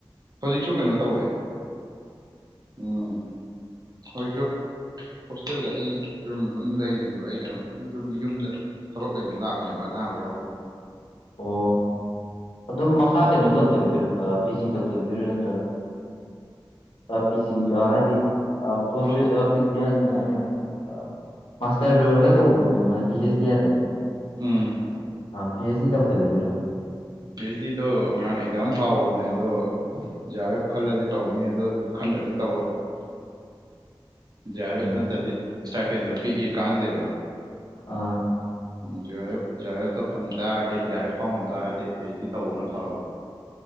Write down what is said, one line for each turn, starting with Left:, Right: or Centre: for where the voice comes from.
Right: ꯍꯧꯖꯤꯛꯁꯨ ꯀꯩꯅꯣ ꯇꯧꯋꯦ
Left: <inaudible>
Right: ꯎꯝ ꯍꯁꯨ ꯍꯣꯁꯇꯦꯜꯗ ꯑꯩ ꯔꯨꯝ ꯑꯗꯨꯝ ꯂꯩꯔꯤꯕ ꯑꯩ ꯀꯩꯅꯣ ꯌꯨꯝꯗ ꯊꯕꯛ ꯂꯩꯕ ꯂꯥꯛꯄꯅꯦꯕ ꯑꯅꯥꯕ ꯌꯥꯎꯕ
Left: <inaudible> ꯑꯣ ꯑꯗꯨꯝ ꯃꯈꯥ ꯀꯩꯅꯣ ꯇꯧꯊꯈꯤꯗꯣꯏꯔꯥ ꯄꯤ ꯖꯤ ꯇꯧꯊꯈꯤꯗꯣꯏꯔ‌ꯣ ꯅꯠꯇ꯭ꯔꯒ ꯑ ꯄꯤ ꯖꯤ ꯍꯥꯏꯗꯤ ꯑ ꯄꯣꯁ
Right: ꯂꯣ
Left: ꯒꯔ‌ꯦꯖꯨꯌ‌ꯦꯠ ꯑ ꯄꯤ ꯖꯤ ꯍꯥꯏꯁꯤꯅ ꯑ ꯃꯥꯁꯇꯔ ꯂꯣꯏꯔꯒ ꯇꯧꯕꯗꯣ ꯀꯩꯅꯣꯃ ꯄꯤ ꯍꯆ ꯗꯤ ꯍꯥꯏꯗꯥꯏꯅ‌ꯦ
Right: ꯎꯝ
Left: ꯄꯤ ꯑꯩꯆ ꯗꯤ ꯇꯧꯊꯈꯤꯗꯣꯏꯔꯣ
Right: ꯄꯤ ꯑꯩꯆ ꯗꯤꯗꯣ ꯉꯍꯥꯟꯅ ꯑꯦꯛꯖꯥꯝ ꯊꯥꯎꯍꯧꯕꯅꯦ ꯑꯗꯣ ꯖꯤ ꯑꯥꯔ ꯑꯦꯐ ꯈꯜꯂꯗꯤ ꯇꯧꯅꯤ ꯑꯗꯣ ꯈꯟ ꯗ꯭ꯔꯗꯤ ꯇꯧꯔ‌ꯣꯏ ꯖꯤ ꯑꯥꯔ
Left: ꯎꯝ
Right: ꯑꯦꯐ ꯅꯠꯇꯗꯤ ꯏꯁꯇꯥꯏꯄꯦꯟꯗꯣ ꯄꯤꯛꯏ ꯀꯥꯟꯗꯦꯕ
Left: ꯑꯥ
Right: J R F J R F ꯀ ꯐꯪ ꯇꯥꯔꯗꯤ ꯖꯤ ꯔ ꯑꯦꯐ ꯐꯥꯎ ꯉꯝ ꯇꯥꯔꯗꯤ ꯄꯤ ꯑꯩꯁꯦ ꯗꯤ ꯇꯧꯕꯅ ꯐꯕ